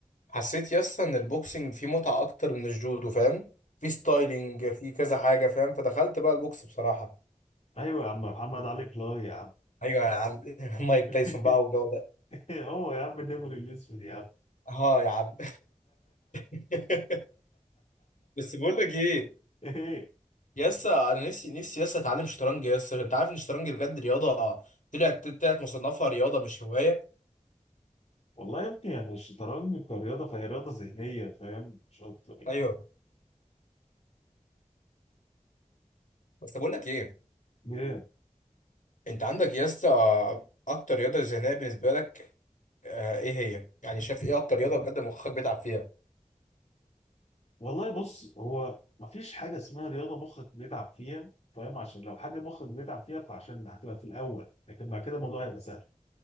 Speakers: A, on the left; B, on the left.
A: حسيت يس ان البوكسنج فيه متعه اكتر من الجودو فاهم في ستايلينج في كذا حاجه فاهم فدخلت بقى البوكس بصراحه
B: ايوه يا عم محمد علي كلاي يا عم
A: ايوه يا عم <laughs> مايك
B: <laughs>
A: تايسون بقى والجو
B: هو يا عم النمر الاسود يا عم
A: اه يا عم <laughs> بس بقول لك ايه
B: <laughs> ايه
A: يسا انا نفسي نفسي يسا اتعلم شطرنج يسا انت عارف ان الشطرنج بجد رياضه طلعت طلعت مصنفها رياضه مش هوايه
B: والله يا ابني يعني الشطرنج كرياضه فهي رياضه ذهنيه فاهم مش اكتر يعني
A: ايوه بس بقول لك ايه
B: ايه
A: انت عندك يسا اكتر رياضه ذهنيه بالنسبه لك آه ايه هي يعني شايف ايه اكتر رياضه بجد مخك بيتعب فيها
B: والله بص هو مفيش حاجه اسمها رياضه مخك بيتعب فيها فاهم عشان لو حاجه مخك بيتعب فيها فعشان هتبقى في الاول لكن بعد كده الموضوع هيبقى سهل